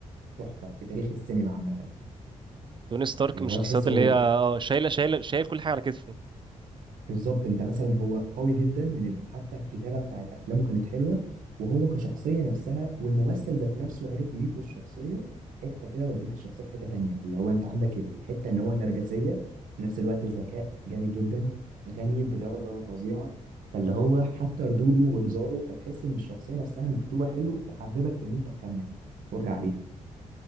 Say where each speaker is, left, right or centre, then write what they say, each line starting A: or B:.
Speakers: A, on the right; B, on the right.
A: تحفه في تاريخ السينما عامه
B: توني ستارك
A: اللي
B: من الشخصيات
A: هو تحسه
B: اللي هي اه شايلة شايلة شايل كل حاجة على كتفه
A: بالظبط انت مثلا هو قوي جدا من حتى الكتابه بتاعت افلامه كانت حلوه وهو كشخصيه نفسها والممثل ذات نفسه عرف يضيف للشخصيه حته كده وديت الشخصيه في حته تانية اللي هو انت عندك الحته ان هو النرجسيه في نفس الوقت ذكاء جامد جدا غني بدرجه فظيعه فاللي هو حتى ردوده وهزاره فتحس ان الشخصيه نفسها مكتوبه حلو تحببك ان انت تكمل تتفرج عليها